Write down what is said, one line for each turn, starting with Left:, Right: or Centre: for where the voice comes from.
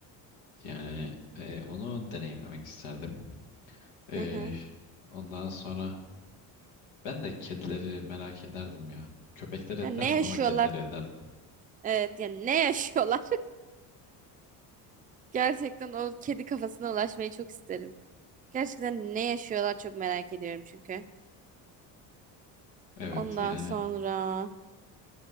Left: yani ee, onu deneyimlemek isterdim. Ee,
Right: Hı hı.
Left: ondan sonra. Ben de kedileri merak ederdim ya. Köpekler etmezdim
Right: Ya ne yaşıyorlar?
Left: ama kedileri ederdim.
Right: Evet, yani ne yaşıyorlar? <laughs> Gerçekten o kedi kafasına ulaşmayı çok isterim. Gerçekten ne yaşıyorlar çok merak ediyorum çünkü.
Left: Evet
Right: Ondan
Left: yani
Right: sonra